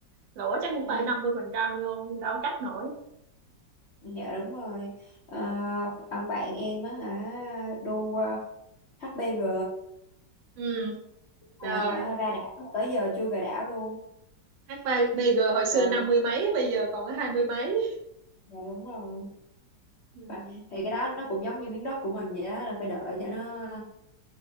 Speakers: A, on the right; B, on the left.
A: lỗ chắc cũng
B: ừ.
A: phải năm mươi phần trăm luôn đâu cắt nổi
B: Ừ, Dạ đúng rồi Ờ, ông bạn em á hả đu ờ, HBG
A: ừ
B: À,
A: trời
B: hả, ra đảo tới giờ chưa về đảo luôn
A: HVG hồi xưa
B: rồi
A: năm
B: luôn
A: mươi mấy bây giờ còn có hai mươi mấy
B: dạ đúng rồi
A: ừ
B: và thì cái đó nó cũng giống như miếng đất của mình vậy đó là phải đợi cho
A: ừ
B: nó